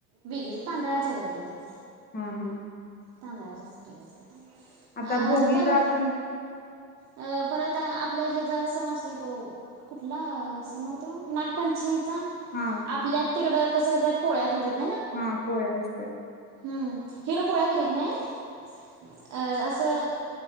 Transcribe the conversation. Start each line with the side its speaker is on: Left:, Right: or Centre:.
Right: वेगळी तांदळाच्या करत्यात इथ.
Left: हा हा
Right: तांदळ्याच्या भाकरी करतात
Left: आता
Right: अ
Left: भोगीला
Right: बरं
Left: आपण
Right: अ परत आपला हे ज सण असतो तो कुठला सण होतो नागपंचमी
Left: हा
Right: आपल्यात तिकडं कसं करतात पोळ्या करतात
Left: हा पोळ्या असतात
Right: हिडं पोळ्या करीत नाहीत असं